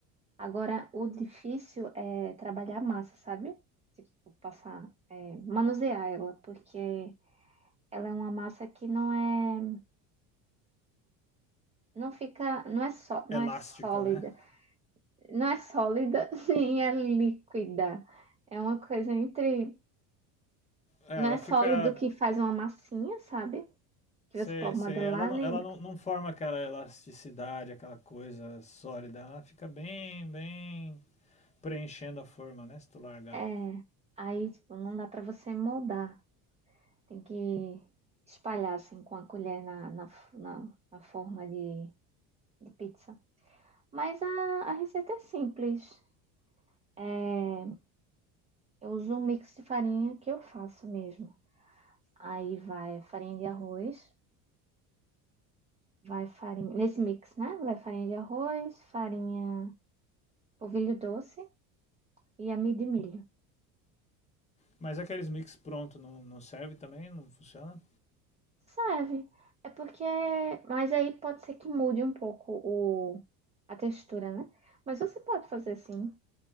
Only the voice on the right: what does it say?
Agora, o difícil é trabalhar a massa, sabe? Tipo, passar, é, manusear ela, porque ela é uma massa que não é, não fica, não é só, não
é sólida,
não é sólida <laughs> nem é líquida. É uma coisa entre,
não
é sólido
que faz uma massinha, sabe? Que
você pode
modelar,
nem
É, aí, tipo, não dá pra você moldar. Tem que espalhar, assim, com a colher na, na, f- na, na forma de, de pizza. Mas a, a receita é simples. É, eu uso um mix de farinha que eu faço mesmo. Aí vai farinha de arroz, vai farinha... Nesse mix, né? Vai farinha de arroz, farinha polvilho doce e amido de milho.
Serve. É porque. Mas aí pode ser que mude um pouco o... a textura, né? Mas você pode fazer assim.